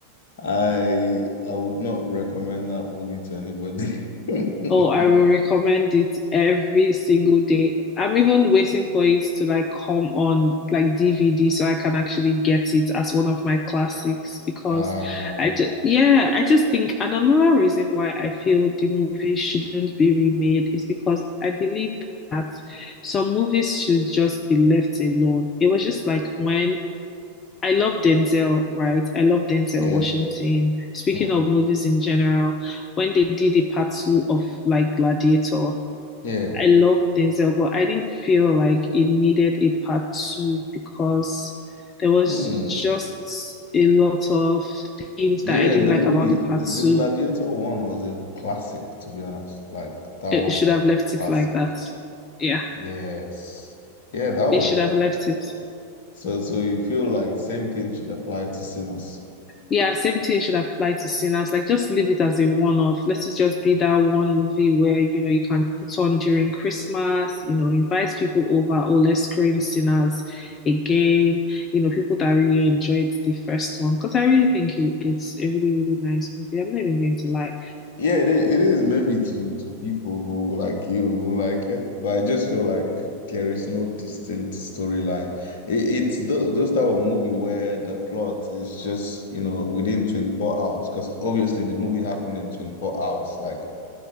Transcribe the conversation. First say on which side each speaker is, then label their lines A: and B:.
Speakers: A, on the left; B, on the left.
A: I I would not recommend that movie to anybody. <laughs>
B: Oh, I will recommend it every single day. I'm even waiting for it to like come on like DVD so I can actually get it as one of my classics because
A: Uh,
B: I just yeah, I just think and another reason why I feel the movie shouldn't be remade is because I believe that some movies should just be left alone. It was just like when I love Denzel, right? I love Denzel
A: yeah,
B: Washington. Speaking
A: yeah,
B: of movies in general, when they did the part two of like Gladiator,
A: yeah.
B: I love Denzel, but I didn't feel like it needed a part two because there was
A: Hmm.
B: just a lot of things
A: Yeah,
B: that I didn't
A: the
B: like
A: movie,
B: about the part
A: the,
B: two.
A: the Gladiator one was a classic, to be honest. Like that
B: It
A: was
B: should
A: a
B: have left
A: classic.
B: it like that. Yeah,
A: Yes. Yeah, that was
B: they should
A: it.
B: have left it.
A: So so you feel like same thing should apply to Sinners.
B: Yeah, same thing should apply to sinners. Like, just leave it as a one-off. Let it just be that one movie where, you know, you can put on during Christmas, you know, invite people over, or let's screen Sinners again. You know, people that really enjoyed the first one. Because I really think it, it's a really, really nice movie. I'm not even going to lie.
A: Yeah, it is, it is maybe to to people who like you who like it, but I just feel like there is no distinct storyline. It, it's th those type of movie where the plot is just, you know, within 24 hours, because obviously the movie happened in 24 hours. Like,